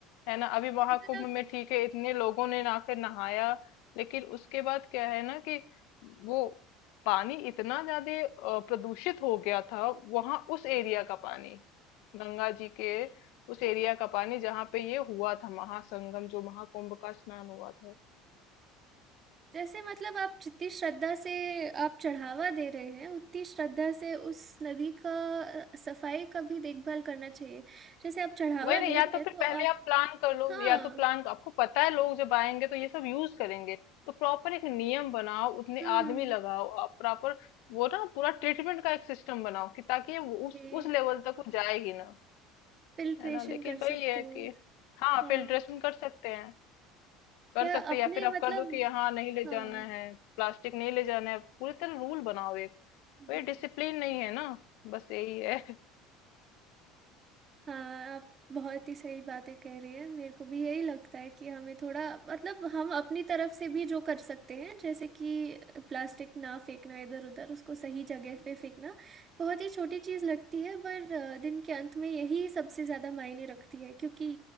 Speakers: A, on the left; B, on the right.
A: है ना अभी
B: अगर
A: महाकुंभ
B: आप
A: में ठीक है इतने लोगों ने
B: हाँ,
A: आकर नहाया लेकिन उसके बाद क्या है ना कि वो पानी इतना ज्यादा अ, प्रदूषित हो गया था वहां उस एरिया का पानी गंगा जी के उस एरिया का पानी जहाँ पे ये हुआ था महासंगम जो महाकुंभ का स्नान हुआ था
B: जैसे मतलब आप जितनी श्रद्धा से आप चढ़ावा दे रहे हैं, उतनी श्रद्धा से उस नदी का अ, सफाई का भी देखभाल करना चाहिए। जैसे आप चढ़ावा
A: वही ना
B: दे
A: या
B: रहे
A: तो
B: हैं,
A: फिर
B: तो
A: पहले
B: आप
A: आप प्लान कर लो
B: हाँ,
A: या तो प्लान आपको पता है लोग जब आएंगे तो ये सब यूज करेंगे तो प्रॉपर एक नियम बनाओ उतने
B: हुँ,
A: आदमी लगाओ आप प्रॉपर वो ना पूरा ट्रीटमेंट का एक सिस्टम बनाओ कि ताकि ये वो
B: जी,
A: उस उस लेवल तक वो जाए ही ना
B: फ़िल्ट्रेशन
A: है ना लेकिन
B: कर सकते
A: वही है
B: हैं।
A: कि हाँ
B: हाँ,
A: फिल्ट्रेशन कर सकते हैं कर
B: या
A: सकते
B: अपने
A: हैं या फिर आप
B: मतलब
A: कर दो कि यहाँ नहीं ले
B: हाँ,
A: जाना है प्लास्टिक नहीं ले जाना है पूरी तरह रूल बनाओ एक
B: जी।
A: वही डिसिप्लिन नहीं है ना बस यही है
B: हाँ, आप बहुत ही सही बातें कह रही हैं। मेरे को भी यही लगता है कि हमें थोड़ा मतलब हम अपनी तरफ से भी जो कर सकते हैं, जैसे कि प्लास्टिक ना फेंकना इधर-उधर, उसको सही जगह पे फेंकना। बहुत ही छोटी चीज़ लगती है पर अ, दिन के अंत में यही सबसे ज़्यादा मायने रखती है क्योंकि